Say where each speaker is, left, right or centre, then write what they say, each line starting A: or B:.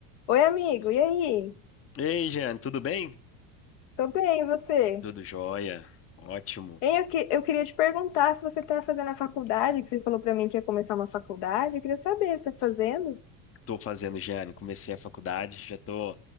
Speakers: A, on the left; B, on the left.
A: Oi, amigo, e aí?
B: Ei, Jeane, tudo bem?
A: Tô bem, e você?
B: Tudo jóia, ótimo.
A: Hein, eu, que, eu queria te perguntar se você tá fazendo a faculdade, que você falou pra mim que ia começar uma faculdade. Eu queria saber se tá fazendo.
B: Tô fazendo, Jeane, comecei a faculdade, já tô